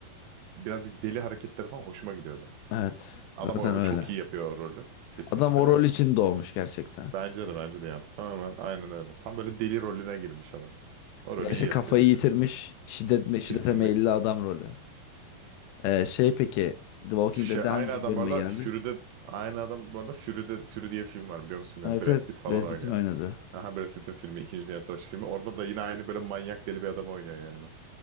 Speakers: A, on the right; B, on the left.
A: birazcık deli hareketleri falan hoşuma gidiyordu.
B: Evet
A: Adam
B: zaten
A: o, o
B: öyle.
A: çok iyi yapıyor o rolü. Kesinlikle
B: Adam o
A: bence.
B: rol için doğmuş gerçekten.
A: Bence de bence de yani. Tamamen aynen öyle. Tam böyle deli rolüne girmiş adam. O rolü
B: Ya işte
A: iyi
B: kafayı
A: yapıyor, beceriyor.
B: yitirmiş şiddet, şiddete
A: Kesinlikle.
B: meyilli adam rolü. Ee, şey peki The Walking
A: Şey
B: Dead'de
A: aynı
B: hangi
A: adam
B: bölüme
A: bu arada
B: geldi?
A: Fury'de aynı adam bu arada Fury'de Fury diye film var biliyor musun? Böyle
B: Evet
A: Brad
B: evet
A: Pitt falan
B: Brad
A: oynuyor.
B: Pitt'in oynadığı.
A: Aha Brad Pitt'in filmi İkinci Dünya Savaşı filmi. Orada da yine aynı böyle manyak deli bir adam oynuyor yani.